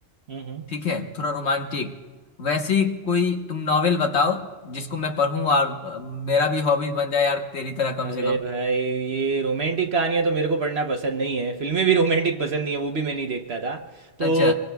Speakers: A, on the right; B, on the left.
A: हम्म हम्म।
B: ठीक है थोड़ा रोमांटिक वैसी कोई तुम नॉवेल बताओ जिसको मैं पढ़ूं और अ, मेरा भी हॉबी बन जाए यार तेरी तरह कम
A: अरे
B: से कम
A: भाई ये रोमांटिक कहानियाँ तो मेरे को पढ़ना पसंद नहीं है फिल्में भी रोमांटिक पसंद नहीं है वो भी मैं नहीं देखता था तो
B: अच्छा